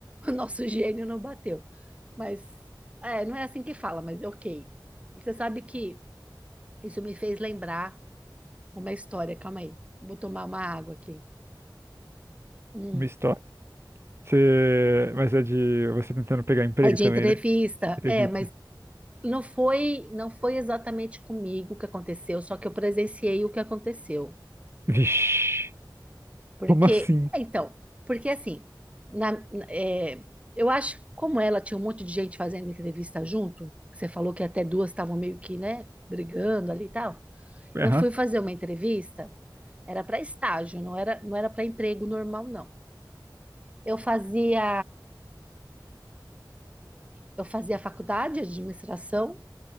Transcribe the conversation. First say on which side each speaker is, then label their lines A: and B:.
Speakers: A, on the right; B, on the right.
A: o nosso gênio não bateu. Mas é, não é assim que fala, mas é ok. Você sabe que isso me fez lembrar uma história. Calma aí, vou tomar uma água aqui. Hum.
B: Uma história. Você... Mas é de você tentando pegar emprego
A: É de
B: também,
A: entrevista,
B: né? Entrevista.
A: é, mas não foi, não foi exatamente comigo que aconteceu, só que eu presenciei o que aconteceu.
B: Vixe,
A: Porque,
B: como assim?
A: então, porque assim, na- na- é, eu acho que como ela tinha um monte de gente fazendo entrevista junto, que você falou que até duas estavam meio que, né, brigando ali e tal.
B: Aham,
A: Eu fui fazer uma entrevista, era para estágio, não era, não era para emprego normal, não. Eu fazia, eu fazia faculdade de administração